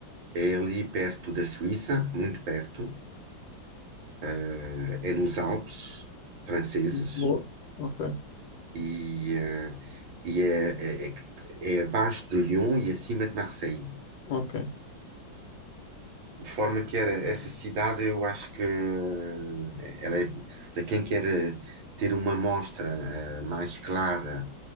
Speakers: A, on the right; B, on the left.
A: É ali perto da Suíça, muito perto. eh, é nos Alpes franceses
B: Boa. Ok,
A: e, eh, e é, é, é é abaixo de Lyon e acima de Marseille.
B: ok.
A: de forma que era essa cidade, eu acho que eh, ela é, para quem quer eh, ter uma mostra eh, mais clara